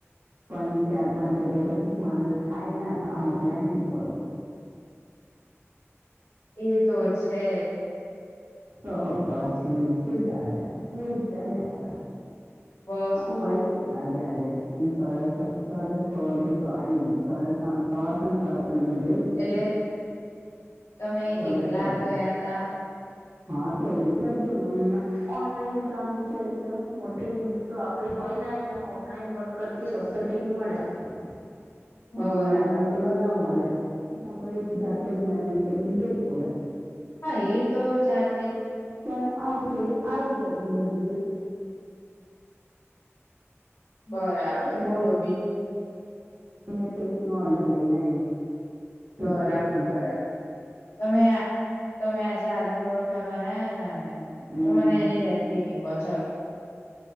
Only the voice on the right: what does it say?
પણ ચાર-પાંચ વાગ્યા પછી માણસ ખાય ના, તો આ મોકલાય ને કરું.
તો પછી શું ચાલે? એવું ચાલ્યા ખરુ.
હું
આયત. આગે આજે હું સાડા છ, સાડા છ વાગે તો, આઈ સાડા ત્રણ સાડા ત્રણ, સાડા ત્રણ હતી
ગઈ.
સાડા
છ એ.
હા, તો એટલા જ જોનું અહિયાં. ઓનલાઈન કામ છે, એટલે મોટીમ તો આપડી હોય, અહીં ઓફલાઈન વર્ક. કરતી હોત, તો ટીમ મળે, આપણને પણ
ઓનલાઈનમાં ટીમ ના મળે. એ તો આપડે જાતે જ મેનેજ કર જવું પડે.
પણ આવતી આવી જતી, બધી જ.
એટલે
બે પીસ્ટ નો ઓર્ડર લઈને. ટૂથપેસ્ટનો
હમ